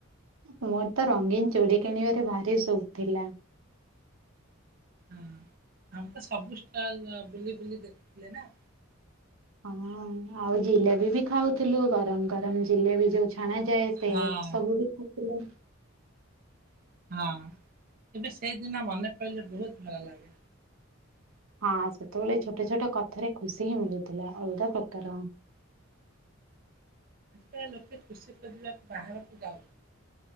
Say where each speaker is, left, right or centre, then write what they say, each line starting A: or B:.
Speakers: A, on the right (about 75°); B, on the right (about 45°).
A: ମୋର ତ ରଙ୍ଗୀନ ଚୁଡ଼ି କିଣିବାରେ ଭାରି ସୌକୁ ଥିଲା।
B: ହଁ ଆମେ ତ ସବୁ ଷ୍ଟଲ ବୁଲି ବୁଲି ଦେଖୁଥିଲେ ନା।
A: ହଁ ଆଉ ଜିଲେବି ବି ଖାଉଥିଲୁ ଗରମ ଗରମ ଜିଲେବି ଯୋଉ ଛଣା ଯାଏ। ସେ
B: ହଁ
A: ସବୁ ବି ଖାଉଥିଲେ।
B: ହଁ ଏବେ ସେଇଦିନ ମନେ ପଡିଲେ ବହୁତ ଭଲ ଲାଗେ।
A: ହଁ ସେତେବେଳେ ଛୋଟ ଛୋଟ କଥାରେ ଖୁସି ହିଁ ମିଳୁଥିଲା ଅଲଗା ପ୍ରକାର।
B: ଆଜିକାଲି ଲୋକେ ଖୁସି କରିବାକୁ ବାହାରକୁ ଯାଉଛନ୍ତି।